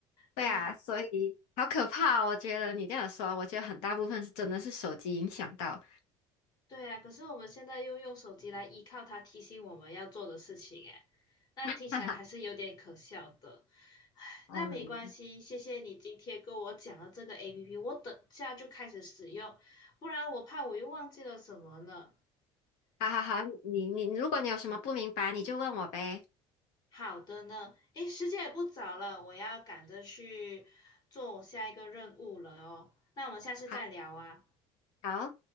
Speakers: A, on the left; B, on the left.
A: 对啊，
B: 啊，
A: 所以好可怕哦我觉得你这样说，我觉得很大部分是真的是手机影响到，
B: 对啊，可是我们现在又用手机来依靠它提醒我们要做的事情，哎，那听起来还是有点可笑的。
A: <laughs> 哈哈，嗯，
B: 那没关系，谢谢你今天跟我讲了这个 APP，我等下就开始使用，不然我怕我又忘记了什么呢。
A: 好好好，你你如果你有什么不明白，你就问我呗。
B: 好的呢，诶，时间也不早了，我要赶着去做我下一个任务了哦。那我们下次再聊啊。
A: 好，好。